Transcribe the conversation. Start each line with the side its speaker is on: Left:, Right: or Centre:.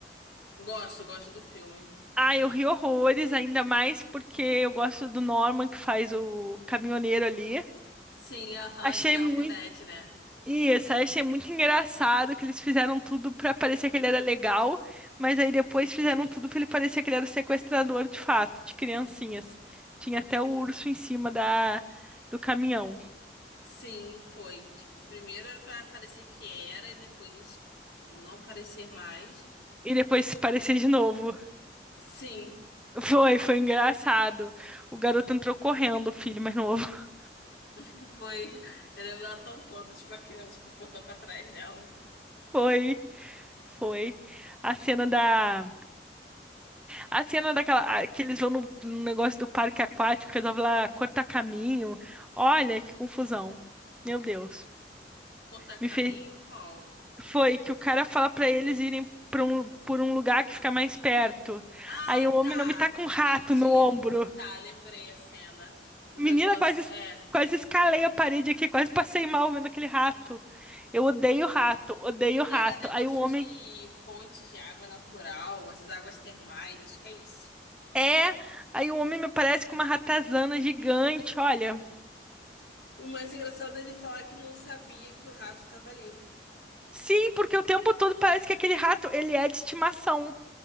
Left: <laughs> Gosto, gosto do filme.
Centre: Ah, eu ri horrores, ainda mais porque eu gosto do Norman que faz o caminhoneiro ali.
Left: Sim, aham,
Centre: Achei
Left: de The
Centre: muito
Left: Walking Dead, né?
Centre: E essa eu só achei muito engraçado que eles fizeram tudo pra parecer que ele era legal, mas aí depois fizeram tudo pra ele parecer que ele era o sequestrador de fato, de criancinhas. Tinha até o urso em cima da do caminhão.
Left: Sim, foi. Tipo, primeiro era pra parecer que era e depois não parecer mais.
Centre: E depois parecia de novo. <laughs>
Left: Sim,
Centre: Foi, foi engraçado. O garoto entrou correndo, o filho mais novo. <laughs>
Left: <laughs> foi. Eu lembro dela tampando, tipo, a criança, tipo, botando pra trás dela.
Centre: Foi, foi. A cena da a cena daquela a- que eles vão no, no negócio do parque aquático, resolve lá cortar caminho. Olha que confusão. Meu Deus.
Left: Cortar caminho?
Centre: Me fez...
Left: Qual?
Centre: Foi que o cara fala pra eles irem pra um, por um lugar que fica mais perto.
Left: Ah,
Centre: Aí o homem
Left: tá.
Centre: não me tá com
Left: Entendi.
Centre: um rato no ombro.
Left: Tá, lembrei a cena do
Centre: Menina,
Left: negócio.
Centre: quase,
Left: É.
Centre: es- quase escalei a parede aqui, quase passei mal vendo aquele rato. Eu odeio rato, odeio
Left: Era
Centre: rato.
Left: negócio
Centre: Aí o homem
Left: de fontes de água natural, essas águas termais, acho que é isso.
Centre: é. Aí o homem me parece com uma ratazana gigante, olha.
Left: O mais engraçado é ele falar que não sabia que o rato tava ali.
Centre: Sim, porque o tempo todo parece que aquele rato, ele é de estimação.